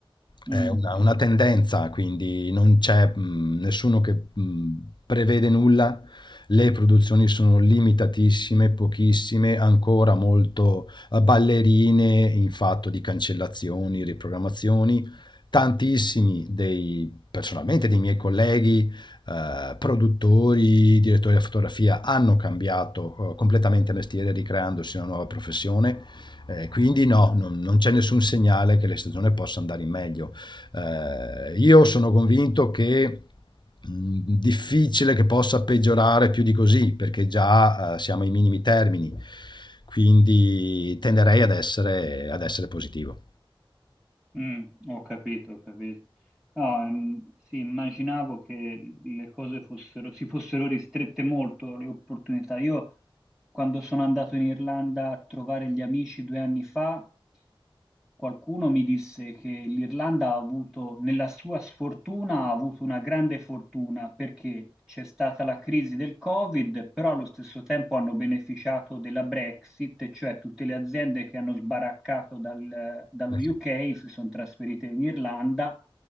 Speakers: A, in the centre; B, on the left.
A: Mm,
B: È una, una tendenza, quindi non c'è mh, nessuno che mh, prevede nulla. Le produzioni sono limitatissime, pochissime, ancora molto eh, ballerine in fatto di cancellazioni, riprogrammazioni. Tantissimi dei, personalmente, dei miei colleghi, eh, produttori, direttori di fotografia, hanno cambiato eh, completamente mestiere ricreandosi una nuova professione. Eh, quindi no, non, non c'è nessun segnale che la stagione possa andare in meglio. Eh, io sono convinto che mh, difficile che possa peggiorare più di così, perché già eh, siamo ai minimi termini, quindi tenderei ad essere, ad essere positivo.
A: mm, ho capito, ho capito. No, mm, sì, immaginavo che le cose fossero, si fossero ristrette molto, le opportunità. Io Quando sono andato in Irlanda a trovare gli amici due anni fa, qualcuno mi disse che l'Irlanda ha avuto, nella sua sfortuna, ha avuto una grande fortuna perché c'è stata la crisi del Covid, però allo stesso tempo hanno beneficiato della Brexit, e cioè tutte le aziende che hanno sbaraccato dal- dallo
B: Eh sì,
A: UK si sono trasferite in Irlanda,